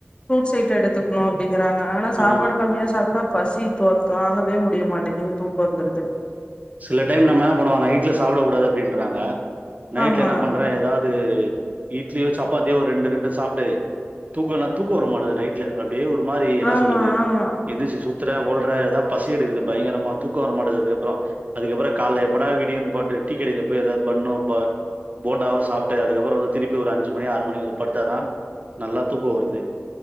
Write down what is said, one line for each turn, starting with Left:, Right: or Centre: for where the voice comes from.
Left: ப்ருட்ஸ் அயிட்டம் எடுத்துக்கணும் அப்படி கிறாங்கா ஆனா சாப்பாடு
Right: ம்.
Left: கம்மியா சாப் பசி தோ தாங்கவே முடிய மாட்டேங்கது தூக்கம் வந்துடுது
Right: சில டைம் நம்ம என்ன பண்ணுவோ நைட்ல சாப்பிட கூடாது அப்படின்றாங்க நைட்ல
Left: ஆமா
Right: என்ன பண்றன் ஏதாவது இட்லியோ சப்பாத்தியோ ரெண்டு ரெண்டு சாப்பிட்டு தூக்கனா தூக்க வர மாட்டேது நைட்ல பே ஒரு மாதிரி என்ன
Left: ஆமா
Right: சொல்றது
Left: ஆமா
Right: எந்திரிச் சுத் நிக்குறன் ஓடுறன் ஏதாவ பசி எடுக்கு பயங்கரமா தூக்கம் வரமாட்டது அப்புறம் அதுக்கப்புறம் கால எப்படா விடியன் பாட்டு டீ கடைல போய் ஏதாவது பன்னு போண்டாவா சாப்பிட்டு அதுக்கப்புறம் வந்து திருப்பி ஒரு அஞ்சு மணி ஆறு மணிக்கு வந்து படுத்தாதான் நல்லா தூக்கம் வருது